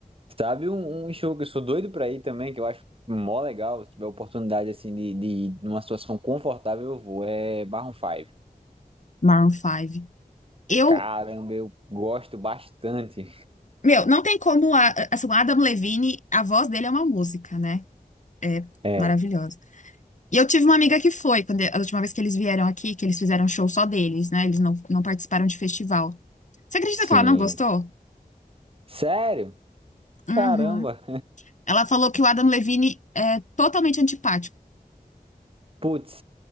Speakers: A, on the right; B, on the left.
A: Sabe um, um show que eu sou doido pra ir também, que eu acho mó legal, se tiver oportunidade assim de, de ir numa situação confortável, eu vou, é Maroon 5.
B: Maroon 5. Eu
A: Caramba, eu gosto bastante.
B: Meu, não tem como. A, assim, o Adam Levine, a voz dele é uma música, né? É
A: É,
B: maravilhosa. E eu tive uma amiga que foi, quando, a última vez que eles vieram aqui, que eles fizeram show só deles, né? Eles não, não participaram de festival. Você acredita
A: sim.
B: que ela não gostou?
A: Sério?
B: Uhum.
A: Caramba.
B: Ela falou que o Adam Levine é totalmente antipático.
A: Putz.